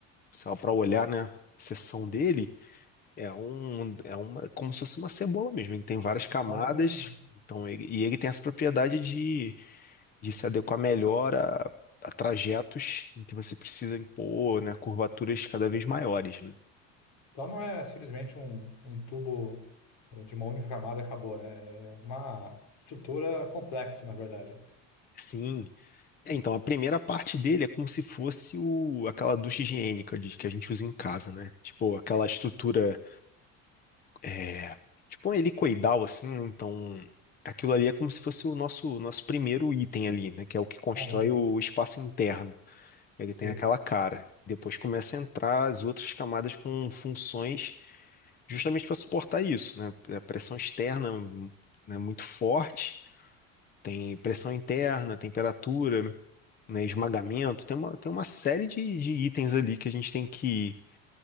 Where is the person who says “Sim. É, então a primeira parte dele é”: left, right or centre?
Left